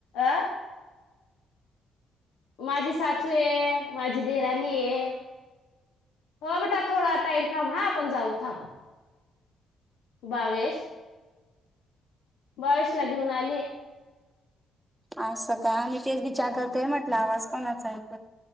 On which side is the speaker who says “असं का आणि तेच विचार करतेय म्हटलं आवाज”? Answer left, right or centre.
Centre